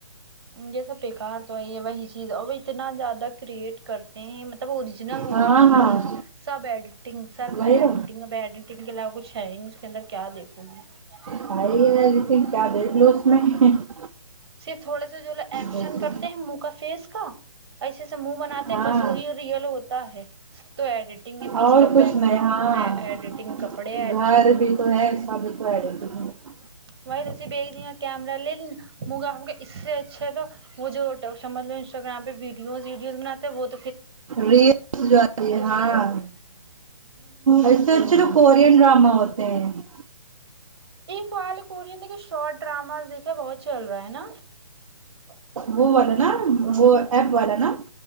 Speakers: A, on the right; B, on the right.
A: یہ سب بیکار تو ہے یہ وہی چیز اور اتنا زیادہ کریئٹ کرتے ہیں مطلب اوریجنل ہوتا
B: ہاں ہاں
A: ہی نہیں سب ایڈیٹنگ سرف
B: وہی
A: ایڈٹنگ
B: تو
A: ا ایڈیٹنگ کے علاوہ کچھ ہے ہی نہیں اس کے اندر کیا دیکھو گی <unintelligible>
B: بھائی ایڈیٹنگ کیا <unintelligible>
A: صرف تھوڑا سے جو لو ایکشن
B: دیکھیے
A: کرتے ہیں منہ کا فیس کا ایسےسے منہ بناتے
B: ہاں
A: ہیں بس وہی ریئل ہوتا ہے تو ایڈیٹنگ ہے پیچھے
B: اور
A: کا
B: کچھ
A: بیک
B: نہیں
A: گراؤنڈ
B: ہاں
A: ایڈیٹنگ کپڑے
B: گھر
A: ایڈیٹنگ
B: بھی تو ہے سب تو ایڈیٹنگ
A: وہائی تو بی <unintelligible> کیمرا لے لین مگا اس سے اچھا ہے تو وہ جو سمجھ لو انسٹاگررام پہ ویڈیو <unintelligible> وڈیز بناتے بہ <unintelligible>
B: ری جوی ہے ہاں
A: نہیں کرتے ہیں
B: ایسے اچھ <unintelligible> کورین ڈرامہ ہوتے ہیں <unintelligible>
A: پی کورن دیکے شارٹ ڈراماز دیکھا بہت چل رہا ہے نا <unintelligible>
B: وہ والا نا وہ ایپ والا نا